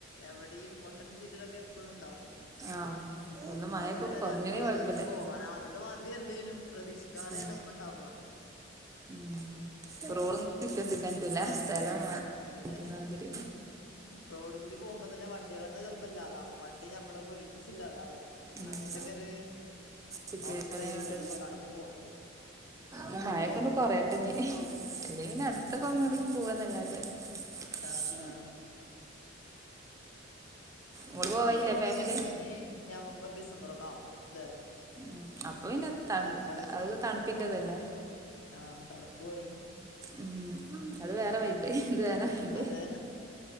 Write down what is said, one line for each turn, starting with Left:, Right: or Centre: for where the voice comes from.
Left: എവിടെയും പൊട്ടലും ചീറ്റലൊക്കെ എപ്പോഴും ഉണ്ടാവും
Right: ആഹ് ഒന്ന് മഴയൊക്കെ
Left: അപ്പൊ പിന്നെ എല്ലർക്കും
Right: കൊറഞ്ഞണേ
Left: പേടിയാണ്
Right: കൊഴപ്പല്ല
Left: പോവാന ആദ്യത്ത അത്മാതിരി അല്ലേനും പ്രതീക്ഷിക്കാതെെയണ
Right: ഉം
Left: ഒക്കെ ഉണ്ടാവാ
Right: ഉം റോൾ വിശ്വസിക്കാ പറ്റൂല സ്ഥലം
Left: അതന്നെ
Right: മാതിരി
Left: റോഡ് കൂടി പോക്പോ തന്നെ വണ്ടികളന്നെ ചിലപ്പ ഇല്ലാതാവും വണ്ടി നമ്മളൊക്കെ ഒരുമിച്ചില്ലാതാവും
Right: ഉം
Left: അങ്ങനത്തക്കെര്
Right: സിറ്റുവേഷനായോണ്ട്
Left: അവസ്ഥയിലൂടെയാണ് ഇപ്പോ കടന്നു പോണത്
Right: മ് മഴഒക്കെ ഒന്ന് കൊറയട്ടെ ഇനി എല്ലേ
Left: ഉം
Right: ഇന അടുത്തക്കൊകറങ്ങി പോവന്നല്ലാതെ <unintelligible>
Left: ആഹ് ആഹ്
Right: ഇങ്ങോട് പോവല്ലേ
Left: ഇനി എങ്ങനെ
Right: ഫാമിലി
Left: അറിയോ ഇനി നവംബർ ഡിസംബർ ഒക്കെ ആവണം ല്ലേ
Right: ഉം അപ്പൊ പിന്നെ തൺ
Left: ഡിസംബർ
Right: അഇ തണുപ്പിന്റതല്ലേ
Left: ആഹ് തണുപ്പ്‌ കഴിഞ്ഞ്
Right: ഉം അത് വേറെ വൈബ് ഇത് വേറെ വൈബ്
Left: അതെ